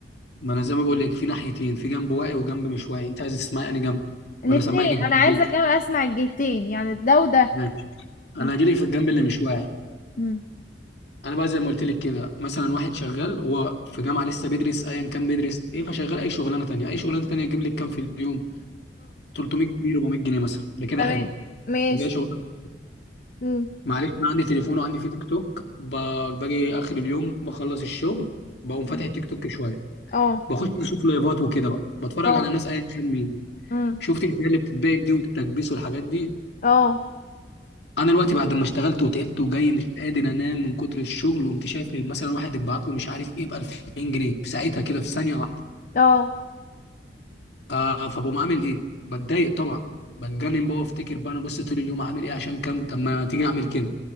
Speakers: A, on the left; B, on the left.
A: ما انا زي ما بقول لك في ناحيتين في جنب واعي وجنب مش واعي انت عايز تسمعي انهي جنب
B: الاتنين
A: ولا سمعك الجنبين
B: انا عايزة أجي اسمع الجهتين يعني ده وده
A: ماشي انا
B: م-
A: هجيلك في الجنب اللي مش واعي
B: م.
A: انا بقى زي ما قلت لك كده مثلا واحد شغال هو في جامعه لسه بيدرس ايا كان بيدرس ايه فشغال اي شغلانه تانيه اي شغلانه تانيه تجيب لك كام في اليوم 300 جنيه 400 جنيه مثلا ده كده
B: تمام
A: حلو
B: ماشي
A: ده شغلانه
B: امم
A: معلش انا عندي تليفون وعندي فيه تيك توك ب- باجي اخر اليوم بخلص الشغل بقوم فاتح
B: مم.
A: التيك توك شويه
B: اه
A: بخش اشوف لايفات وكده بقى بتفرج
B: اه
A: على ناس ايا كان مين
B: امم
A: شفت الهدايا اللي بتتباع دي والتكبيس والحاجات دي
B: اه
A: انا دلوقتي بعد ما اشتغلت وتعبت وجاي مش قادر انام من كتر الشغل قمت شايف مثلا واحد اتبعت له مش عارف ايه ب 2000 جنيه في ساعتها كده في ثانيه واحده
B: اه
A: آه فبقوم عامل ايه بتضايق طبعا بتجنن بقى وافتكر بقى انا بص طول اليوم عامل ايه عشان كام طب ما تيجي اعمل كده